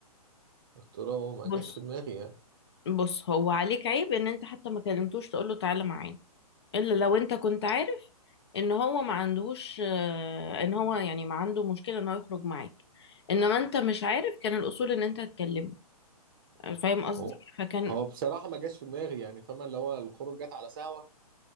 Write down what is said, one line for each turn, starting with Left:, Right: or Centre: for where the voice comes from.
Right: قلت له هو ما
Left: بص
Right: جاش في دماغي يعني
Left: بص هو عليك عيب ان انت حتى ما كلمتوش تقول له تعالى معانا الا لو انت كنت عارف ان هو ما عندهوش آه، ان هو يعني ما عنده مشكلة ان هو يخرج معاك انما انت مش عارف كان الاصول ان انت تتكلم فاهم قصدي
Right: هو
Left: فكان
Right: هو بصراحه ما جاش في دماغي يعني فاهمه اللي هو الخروج جت على سهوه